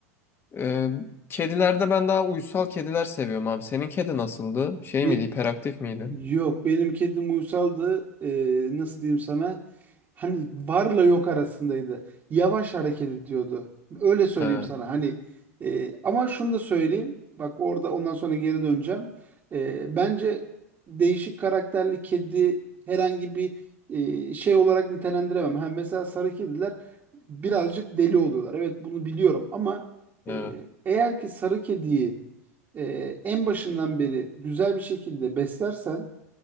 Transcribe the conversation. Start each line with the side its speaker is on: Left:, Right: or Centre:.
Left: Ee, kedilerde ben daha uysal kediler seviyorum abi. Senin kedi nasıldı? Şey
Right: Bir,
Left: miydi, hiperaktif miydi?
Right: Yok benim kedim uysaldı. Ee, nasıl diyeyim sana? Hani varla yok arasındaydı. Yavaş hareket ediyordu. Öyle söyleyeyim
Left: He,
Right: sana. Hani e, ama şunu da söyleyeyim. Bak orada ondan sonra geri döneceğim. Ee, bence değişik karakterli kedi herhangi bir e, şey olarak nitelendiremem. Hem mesela sarı kediler birazcık deli oluyorlar. Evet bunu biliyorum ama
Left: evet.
Right: e, eğer ki sarı kediyi e, en başından beri güzel bir şekilde beslersen